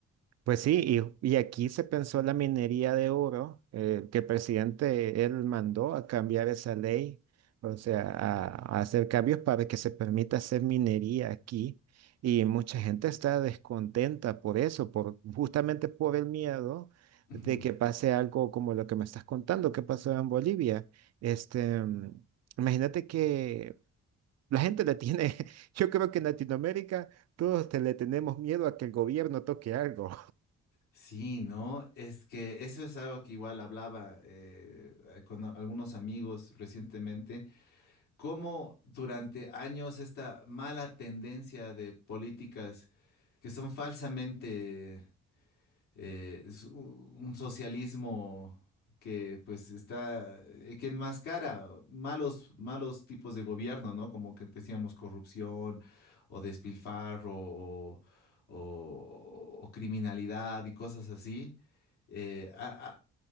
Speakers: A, on the right; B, on the left.
A: Pues sí, y, y aquí se pensó la minería de oro, eh, que el presidente él mandó a cambiar esa ley, o sea, a, a hacer cambios para que se permita hacer minería aquí. Y mucha gente está descontenta por eso, por, justamente por el miedo
B: Ujú.
A: de que pase algo como lo que me estás contando, que pasó en Bolivia. Este, mm, imagínate que la gente le tiene, <laughs> yo creo que en Latinoamérica todos te- le tenemos miedo a que el gobierno toque algo.
B: Sí, ¿no? Es que eso es algo que igual hablaba eh, eh, con a- algunos amigos recientemente, cómo durante años esta mala tendencia de políticas que son falsamente eh, es u- un socialismo que pues está, eh, que enmascara malos, malos tipos de gobierno, ¿no? Como que decíamos corrupción o despilfarro o, o- o criminalidad y cosas así. Eh, ha, ha-